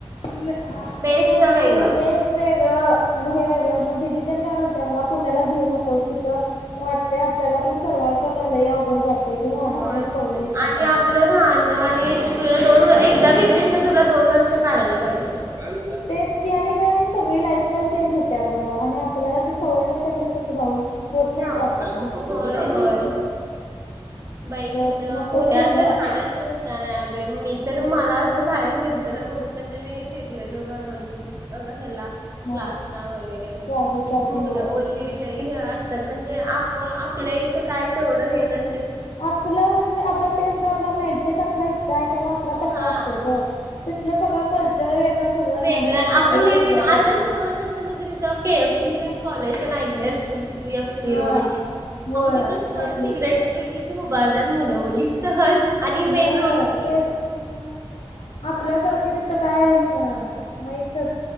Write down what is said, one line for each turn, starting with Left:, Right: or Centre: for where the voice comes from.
Left: तेच
Right: बेस्ट वेग
Left: कि
Right: हा
Left: मेस वेगळं आणि हे वेगळं मग दिदी तेन काय म्हणते मला. पुण्याला घेऊ नकोस तिथं वाटतय आपल्याला पण सर्वाइव्ह करण लय अवघड जात. तिथं राहणार
Right: होय
Left: नाहीच
Right: होय
Left: पळून येशील
Right: आणि
Left: म्हणतात.
Right: आपलं राहणं आणि तुला दोन एकदा घेतलीस तर तुला दोन वर्ष काढायला पाहिजे. म्हणला
Left: तेच की आणि ग आणि सगळी लाइफस्टाईल चेंज होती. आणि आपल्याला ती सवय नसते. तसं राहून होत नाही
Right: जा होय
Left: ते आपल्याला
Right: होय बाई
Left: मग
Right: तिथ
Left: नकोच
Right: पुण्यात
Left: म्हणलं
Right: राहणच असताना मी तर मला असं बाहेर फिरताला बघून म्हणजे मी फिरलेलो ग दोन, तीन अगं ह्याला
Left: हा
Right: क्लासला वगैरे
Left: क्लासेस
Right: मुलं,
Left: साठी होय.
Right: मुली लय <unintelligible> म्हणजे, आपण आपल्या इथ काय तेवढं ये न
Left: आपलं म्हणजे, आपण तेच ग, आपला माइंडसेट आपला <unintelligible> त
Right: हा
Left: असतय ग, तिथलं सगळं कल्चर वेगळं सगळं
Right: वेगळा
Left: राहणीमान सगळं
Right: अग लई
Left: वेगळं
Right: वेगंळ
Left: पडतंय.
Right: आताच म्हणजे तिथं के एफ सी कॉलेज ऐकल अस त एफ सी
Left: हा
Right: रोड अग
Left: होय
Right: तिथ सिगरेट
Left: ऐकलोय की
Right: प तू उभारतात मुलं मुली सहज आणि मेन
Left: हो
Right: रोडवर
Left: तेच तेथुनच आपल्यासारखे तिथं काय नाही तच